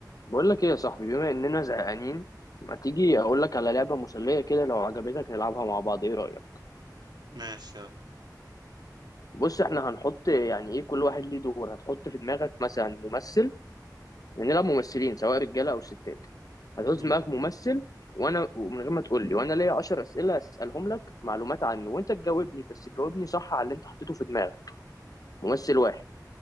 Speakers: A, on the left; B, on the right.
A: بقول لك ايه يا صاحبي بما اننا زهقانين ما تيجي اقول لك على لعبه مسليه كده لو عجبتك نلعبها مع بعض ايه رايك
B: ماشي يلا.
A: بص احنا هنحط يعني ايه كل واحد ليه دور هتحط في دماغك مثلا ممثل نلعب ممثلين سواء رجاله او ستات هتحط
B: مم.
A: في دماغك ممثل وانا ومن غير ما تقول لي وانا ليا 10 اسئله اسالهم لك معلومات عنه وانت تجاوبني بس تجاوبني صح على اللي انت حطيته في دماغك ممثل واحد